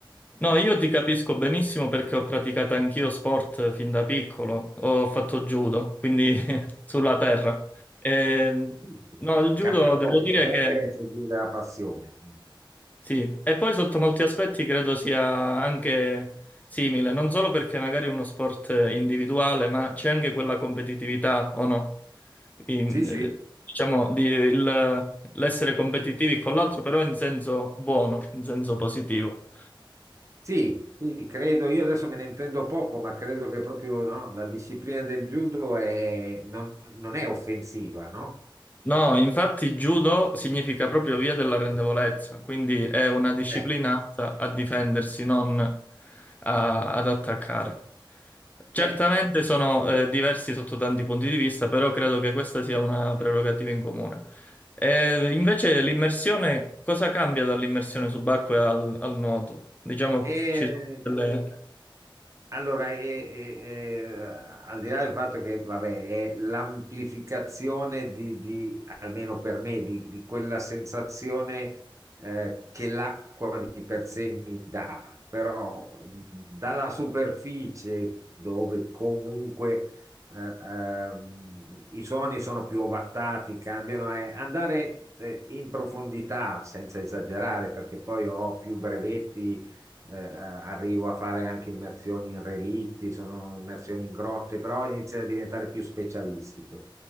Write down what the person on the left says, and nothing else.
No, io ti capisco benissimo perché ho praticato anch'io sport fin da piccolo. Ho fatto judo, quindi <laughs> sulla terra. Ehm,
no, il judo
devo
dire
che
Sì, e poi sotto molti aspetti credo sia anche simile, non solo perché magari è uno sport individuale, ma c'è anche quella competitività, o no? In-
eh, diciamo, di- il- l'essere competitivi con l'altro, però in senso buono, in senso positivo.
No, infatti judo significa proprio via della rendevolezza, quindi è una disciplina
atta a difendersi, non a- ad attaccare. Certamente
sono eh, diversi sotto tanti punti di vista, però credo che questa sia una prerogativa in comune. E invece
l'immersione, cosa cambia dall'immersione subacquea al, al nuoto? Diciamo
ci sono delle